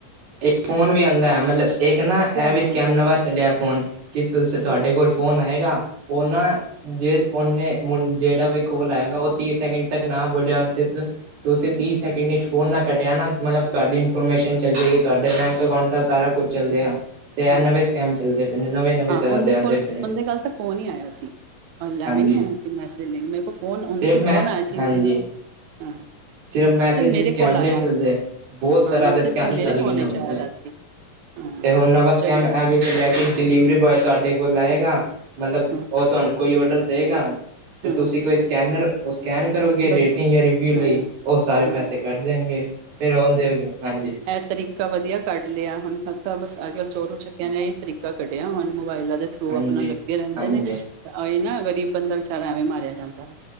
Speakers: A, on the right (about 90°); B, on the right (about 70°).
A: ਏਕ ਫੋਨ ਵੀ ਆਂਦੈ ਮਲਬ ਏਕ ਨਾ
B: ਫੋਨ
A: ਐ ਵੀ
B: ਆਇਆ
A: ਸਕੈਮ
B: ਸੀ
A: ਨਵਾ ਚੱਲੇਐ ਫੋਨ ਕਿ ਤੁਸ ਤੁਆਡੇ
B: ਹਾਂ
A: ਕੋਲ ਫੋਨ ਆਏਗਾ, ਓ ਨਾ ਜੇ ਓਨੇ ਮੁਨ ਜੇੜਾ ਵੀ ਕੋਲ ਆਏਗਾ ਓ ਤੀ ਸੈਕਿਂਡ ਤੱਕ ਨਾ ਬੋਲੇਆ ਤੇ ਤੁਸੀ ਤੀ ਸੈਕਿਂਡ ਇਚ ਫੋਨ ਨਾ ਕਟੇਆ ਨਾ ਮਲਬ ਤੁਆਡੀ ਇਨਫੋਰਮੇਸ਼ਨ ਚੱਲ ਜੇਗੀ। ਤੁਆਡੇ ਬੈਂਕ ਅਕਾਊਂਟ ਦਾ ਸਾਰਾ ਕੋਛ ਚੱਲਦੇ
B: ਹਾਂ,
A: ਆ, ਤੇ ਐ
B: ਹਾਂ
A: ਨਵੇ ਸਕੈਮ ਚੱਲਦੇ ਪੇ ਨੇ, ਨਵੇਂ ਨਵੇਂ
B: ਹਾਂ
A: ਤਰ੍ਹਾਂ
B: ਓਂਦੇ
A: ਦੇ ਆਂਦੇ
B: ਕੋਲ
A: ਪਏ ਨੇ
B: ਓਂਦੇ ਗਾੱਲ ਤਾਂ ਫੋਨ ਈ ਆਏਯਾ ਸੀ। ਅ ਲੈਵੇਂ
A: ਹਾਂਜੀ
B: ਨੀ ਓਏਯਾ ਸੀ ਮੈਸਿਜ ਲਈ ਮੇਰੇ ਕੋਲ ਫੋਨ ਓਂਦੇ
A: ਸਿਰਫ
B: ਕੋਲ
A: ਮੈਂ
B: ਫੋਨ ਆਏਯਾ ਸੀ
A: ਹਾਂਜੀ
B: ਮੇਰ, ਹਾਂ।
A: ਸਿਰਫ ਮੈਸੇਜ ਈ
B: ਮੇਰੇ
A: ਸਕੈਮ
B: ਕੋਲ ਆਇਆ
A: ਨੀ ਚੱਲਦੇ, ਬੋਤ
B: ਹਾਂ
A: ਤਰਾ
B: ਮੈਸੇਜ
A: ਦੇ ਸਕੈਮ
B: ਤਾਂ ਮੇਰੇ
A: ਚੱਲ
B: ਫੋਨ
A: ਗਏ ਨੇ
B: ਵਿੱਚ
A: ਓਨ
B: ਆਇਆ
A: ਤੇ।
B: ਰਾਤੀ ਹਾਂ।
A: ਤੇ ਹੋਨ ਨਵਾ ਸਕੈਮ
B: ਚੰਗਾ
A: ਐਵੀ ਚੱਲੇਐ ਕਿ ਡਿਲੀਵਿਰੀ ਬੋਏ ਤੁਆਡੇ ਕੋਲ ਆਏਗਾ, ਮਲਬ
B: ਹਾਂ
A: ਓ ਤੁਆਨੂੰ ਕੋਈ ਔਡਰ ਦੇਗਾ ਤੇ
B: ਹਾਂ
A: ਤੁਸੀ ਕੋਈ ਸਕੈਨਰ ਓ ਸਕੈਨ ਕਰੋਗੇ
B: ਬਸ
A: ਰੇਟਿੰਗ ਯਾ ਰਿਵਿਊ ਲਈ
B: ਹਾਂ
A: ਓ ਸਾਰੇ
B: ਹਾਂ
A: ਪੈਸੇ ਕੱਟ ਜਾਏਗੇ, ਫੇਰ ਓਂਦੇ ਹਾਂਜੀ।
B: ਐ ਤਰੀਕਾ ਵਦੀਆ ਕੱਢ ਲੇਆ ਹੋਨ ਪਤਾ ਬਸ ਆੱਜ- ਕਾੱਲ ਚੋਰੋ ਚੱਕੇਆਂ ਨੇ ਐਈ ਤਰੀਕਾ ਕੱਡੇਆ ਹੋਨ ਮੋਬਾਏਲਾ ਦੇ ਥਰ ਟੁ
A: ਹਾਂਜੀ
B: ਅਪਨਾ ਲੱਗੇ ਰੈਂਦੇ
A: ਹਾਂਜੀ
B: ਨੇ, ਆਈਨਾ ਗਰੀਬ ਬਂਦਾ ਵਚਾਰਾ ਐਵੇਈ ਮਾਰੇਯਾ ਜਾਂਦਾ।